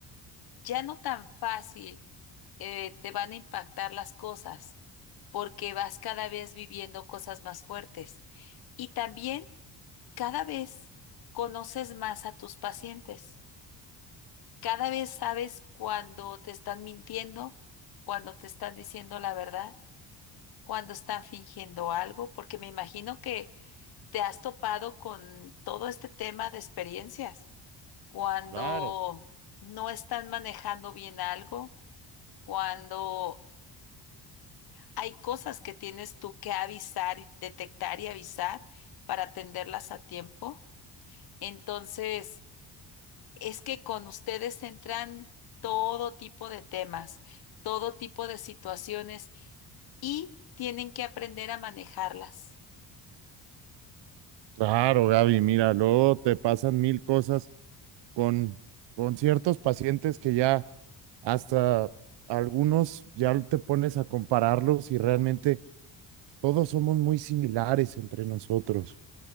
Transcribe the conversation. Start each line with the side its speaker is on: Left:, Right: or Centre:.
Left: ya no tan fácil eh, te van a impactar las cosas porque vas cada vez viviendo cosas más fuertes. Y también cada vez conoces más a tus pacientes. Cada vez sabes cuando te están mintiendo, cuando te están diciendo la verdad, cuando están fingiendo algo, porque me imagino que te has topado con todo este tema de experiencias, cuando
Right: Claro.
Left: no están manejando bien algo, cuando Hay cosas que tienes tú que avisar, y detectar y avisar para atenderlas a tiempo. Entonces, es que con ustedes entran todo tipo de temas, todo tipo de situaciones y tienen que aprender a manejarlas.
Right: Claro, Gaby, mira, luego te pasan mil cosas con, con ciertos pacientes que ya hasta algunos ya te pones a compararlos y realmente todos somos muy similares entre nosotros.